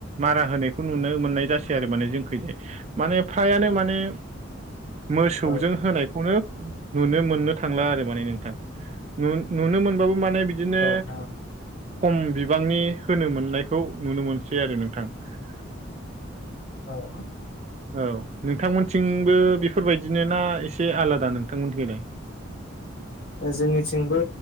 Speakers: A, on the right; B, on the left.
A: मारा होनायखौ नुनो मोननाय जासै आरो माने जोंखैजाय। माने फ्रायानो माने मोसौजों
B: औ
A: होनायखौनो नुनो मोननो थांला आरो माने नोंथां। नु-नुनो मोनबाबो माने बिदिनो
B: नोंथां
A: खम बिबांनि होनो मोननायखौ नुनो मोनसै आरो नोंथां। <inaudible>
B: औ
A: औ नोंथांमोनथिंबो बेफोरबायदिनो ना एसे आलादा नोंथांमोन थिंलाय।
B: जोंनिथिंबो